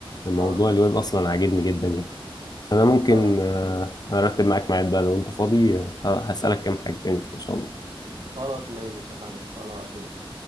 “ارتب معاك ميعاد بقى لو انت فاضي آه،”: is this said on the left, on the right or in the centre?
Left